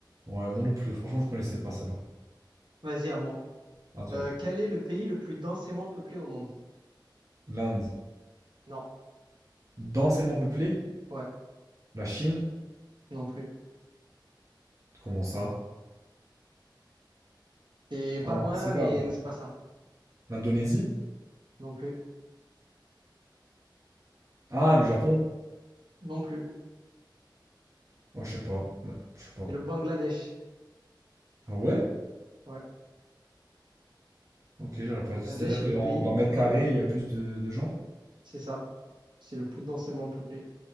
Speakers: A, on the right; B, on the right.
A: Ouais, moi non plus. Franchement, je connaissais pas ça là.
B: Vas-y, à moi.
A: À toi.
B: Euh, quel est le pays le plus densément peuplé au monde?
A: L'Inde.
B: Non,
A: Densément peuplée.
B: ouais,
A: La Chine.
B: non plus.
A: Comment ça?
B: C'est pas
A: Oh,
B: loin,
A: c'est
B: mais
A: pas. moi.
B: c'est pas ça.
A: L'Indonésie?
B: Non plus,
A: Ah, le Japon.
B: non plus.
A: Ouais, je sais pas. Là, Je sais pas.
B: C'est le Bangladesh.
A: Ah ouais?
B: Ouais,
A: Ok, j'aurais pas
B: Bangladesh
A: dit. C'est-à-dire
B: est
A: que
B: le pays,
A: en- dans mètre carré, il y a plus de, de gens?
B: c'est ça. C'est le plus densément peuplé